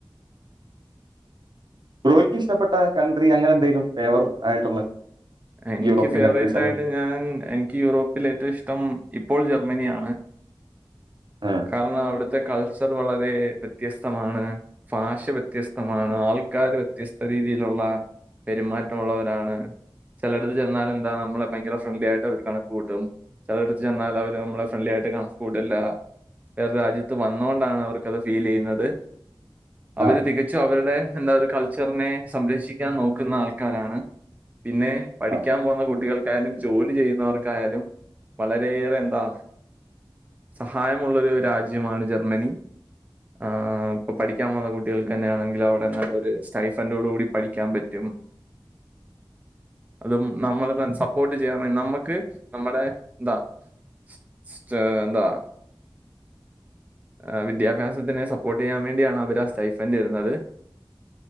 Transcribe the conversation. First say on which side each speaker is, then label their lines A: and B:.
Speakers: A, on the right; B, on the right.
A: ബ്രോയ്ക്കിഷ്ടപ്പെട്ട കൺട്രിയങ്ങനെന്തേലും ഫേവർ ആയിട്ടുള്ള
B: എനിക്ക്
A: യൂറോപ്യൻ
B: ഫേവറേറ്റായിട്ട്
A: കൺട്രീസ് അങ്ങനെ
B: ഞാൻ എനിക്ക് യൂറോപ്പിലേറ്റവും ഇഷ്ടം ഇപ്പോൾ ജർമ്മനിയാണ്
A: ആഹ്
B: കാരണം അവിടുത്തെ കൾച്ചർ വളരെ വ്യത്യസ്തമാണ് ഫാഷ വ്യത്യസ്തമാണ് ആൾക്കാര് വ്യത്യസ്ത രീതിയില്ള്ള പെരുമാറ്റമുള്ളവരാണ് ചെലടത്ത് ചെന്നാലെന്താ നമ്മളെ ഭയങ്കര ഫ്രണ്ട്ലിയായിട്ടവര് കണക്ക് കൂട്ടും. ചെലോട്ത്ത് ചെന്നാലവര് നമ്മളെ ഫ്രണ്ട്ലിയായിട്ട് കണക്ക് കൂട്ടൽല്ല. വേറ രാജ്യത്ത് വന്നോണ്ടാണവർക്കത് ഫീലെയ്യുന്നത്. അവര്
A: ആ,
B: തികച്ചും അവരുടെ എന്താ ഒരു കൾച്ചർനെ സംരക്ഷിക്കാൻ നോക്കുന്ന ആൾക്കാരാണ്. പിന്നെ പഠിക്കാൻ
A: ആ,
B: പോന്ന കുട്ടികൾക്കായാലും ജോലി ചെയ്യുന്നവർക്കായാലും വളരെയേറെ എന്താ സഹായമുള്ളൊരു രാജ്യമാണ് ജർമ്മനി. ആ ഇപ്പൊ പഠിക്കാൻ പോന്ന കുട്ടികൾക്കന്നെയാണെങ്കിലവടെ നല്ലൊരു സ്റ്റൈഫന്റോടൂടി പഠിക്കാം പറ്റും. അതും നമ്മള്ത സപ്പോട്ട് ചെയ്യാൻ വേ നമ്മക്ക് നമ്മടെ ന്താ സ് സ് സ്റ്റേ ന്താ ഏഹ് വിദ്യാഭാസത്തിനെ സപ്പോർട്ടെയ്യാൻ വേണ്ട്യാണ് അവര് ആ സ്റ്റൈഫൻ്റെരുന്നത്.